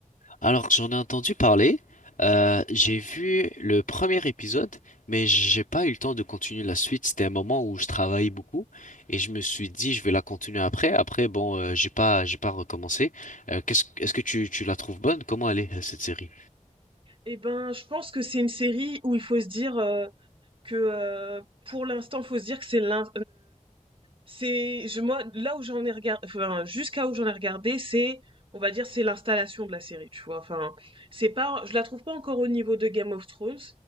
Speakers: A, on the left; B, on the right.
A: Alors, j'en ai entendu parler, euh, j'ai vu le premier épisode, mais j'ai pas eu le temps de continuer la suite. C'était un moment où je travaillais beaucoup et je me suis dit je vais la continuer après. Après, bon, euh, j'ai pas, j'ai pas recommencé. Euh, qu'est-ce, est-ce que tu, tu la trouves bonne? Comment elle est, euh, cette série?
B: Eh ben je pense que c'est une série où il faut se dire euh, que euh, pour l'instant faut se dire que c'est l'un C'est je moi là où j'en ai regardé enfin jusqu'à où j'en ai regardé, c'est on va dire c'est l'installation de la série, tu vois. Enfin, c'est pas je la trouve pas encore au niveau de Game of Thrones,